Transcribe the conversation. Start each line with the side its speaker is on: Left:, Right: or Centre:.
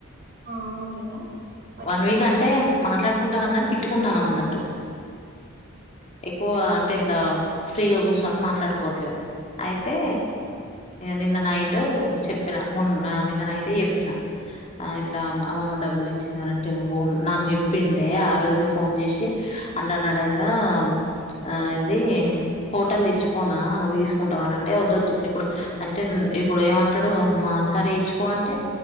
Right: ఆ అవును కదా మర్చిపోయినా
Left: వన్ వీక్ అంటే మాట్లాడు ట్టుకుంటా కాని తిట్టుకుంటున్నాం అన్నట్టు ఎక్కువ అంటే ఇట్లా ఫ్రీగా కుర్సోని మాట్లాడు ఇంకోటిలేవ్ అయితే నిన్న నైట్ చెప్పిన మొన్న నిన్న నైట్ చెప్పిన ఇట్లా అమ్మమ్మ డబ్బులు ఇచ్చిందనంటే ఓ నాకు చెప్పిండే ఆ రోజు ఫోన్ చేసి అంట అన్నాడు కదా ఆ ఏంది హోటల్ ఇచ్చిపోనా నువ్వు తీసుకుంటావు అని అంటే వద్దద్దు ఇప్పుడు అంటే ఇప్పుడు ఏమంటాడు అమ్మా సరే ఇచ్చిపో అంటే